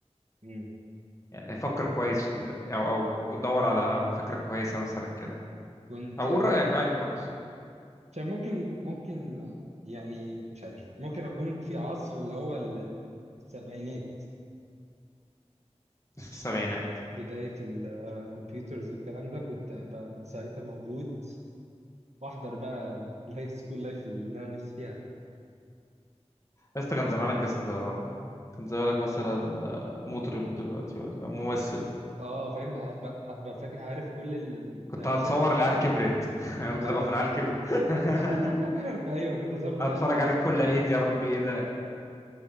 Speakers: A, on the right (about 75°); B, on the left (about 25°).
A: مم.
B: يعني فكر كويس في ال- او او دور على فكرة كويسة مثلا كده
A: كنت
B: او
A: آه،
B: قول رأيك عادي وخلاص
A: مش عارف ممكن ممكن آه، يعني مش عارف ممكن اكون في عصر اللي هو ال- السبعينات
B: السبعينات
A: بداية الكمبيوترز والكلام ده كنت أبقى ساعتها موجود وأحضر بقى الهاي سكول لايف اللي أنا نفسي فيها
B: يا اسطى كان زمانك يا اسطى كان زمانك مثلا آه، مطرب دلوقتي ولا ممثل
A: أه فاهم هبقى هبقى فاكر عارف كل القفشات
B: كنت هتصور
A: اللي
B: العيال
A: لسه
B: كبرت <laughs> كنت
A: أه
B: هتبقى في العيال كبرت <laughs>
A: <laughs> أيوه كنت صار من
B: هتفرج
A: العيال كبرت
B: عليك كل عيد يا ربي ايه ده